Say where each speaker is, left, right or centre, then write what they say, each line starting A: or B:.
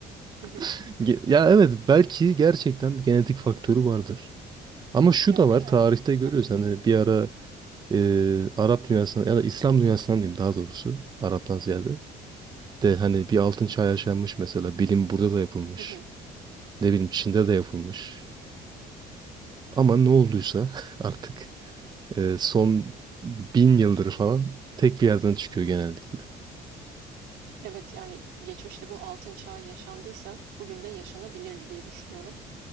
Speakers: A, on the right (about 80°); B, on the right (about 25°).
A: Hı hı.
B: <laughs> Ge- Ya evet belki gerçekten bir genetik faktörü vardır. Ama şu
A: Ya
B: da
A: veya
B: var tarihte görüyoruz
A: Hı hı.
B: hani bir ara e, Arap dünyasından ya da İslam dünyasından diyeyim daha doğrusu Arap'tan ziyade. de hani bir altın çağ yaşanmış mesela. Bilim burada da yapılmış.
A: Hı hı.
B: Ne bileyim Çin'de de yapılmış. Ama ne olduysa <laughs> artık e, son bin yıldır falan tek bir yerden çıkıyor genellikle.
A: Evet yani geçmişte bu altın çağı yaşandıysa bugün de yaşanabilirdi diye düşünüyorum.